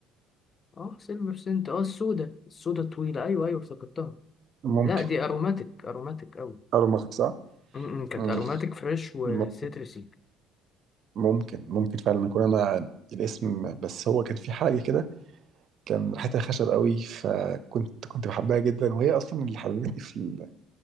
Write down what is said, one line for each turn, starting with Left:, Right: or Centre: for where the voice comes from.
Left: اه سيلفر سنت اه السودة السودة الطويلة ايوه ايوه افتكرتها
Right: ممكن
Left: لا دي اروماتيك اروماتيك اوي
Right: ارمخ صح؟
Left: م- م، كانت
Right: مم.
Left: اروماتيك فريش وسيترسي
Right: م- ممكن ممكن فعلا اكون انا الاسم بس هو كان في حاجه كده كان ريحتها خشب قوي فكنت كنت بحبها جدا وهي اصلا اللي حببتني في ال...